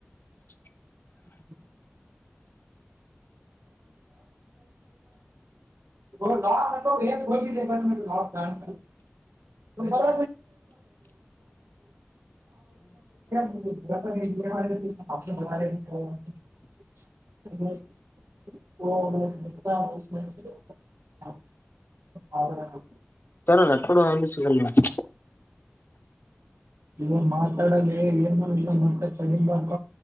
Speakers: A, on the left; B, on the right.
A: <inaudible>
B: <unintelligible> ಹ ಲಾಕ ನಕ ಬೋಿದೆ ಬ ಲಾಕಡನ್ ಬರ <unintelligible> <unintelligible> ಓ
A: ಸರ ಆ ರೆಕಾರ್ಡ್ ಯಲಿ ಶಿಗಲಹೋಗ್ಯದ
B: ಇಗ ಮಾತಾಡಾಗ ಏನ್ ಮಾಡಿಲ್ಲ ಮತ್ತೆ ಚಡಿ ಬಾರ್ಕ